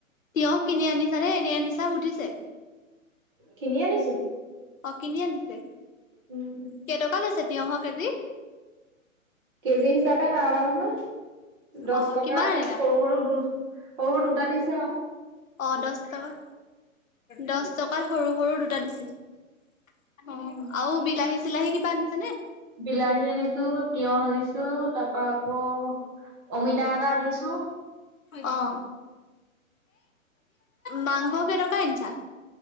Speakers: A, on the left (about 70°); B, on the right (about 20°).
A: তিয়হ কিনি আনিছা নে এনে আনিছা সুধিছে।
B: কিনি আনিছো।
A: অ' কিনি আনিছে
B: উম
A: কেইটকা লৈছে তিয়হ কেজি?
B: কেজি হিচাপে নাই অনা নহয় দহ
A: অ
B: টকাত
A: কিমান আনিলা
B: সৰু সৰু দু সৰু দুটা দিছে আৰু।
A: অ' দহ টকাত দহ টকাত সৰু সৰু দুটা দিছে। অ'
B: উম।
A: আৰু বিলাহী চিলাহী কিবা আনিছে নে।
B: বিলাহী আনিছো তিয়হ আনিছো তাৰপা আকৌ অমিতা এটা আনিছো।
A: অ'। মাংস কেইটকা আনিছা?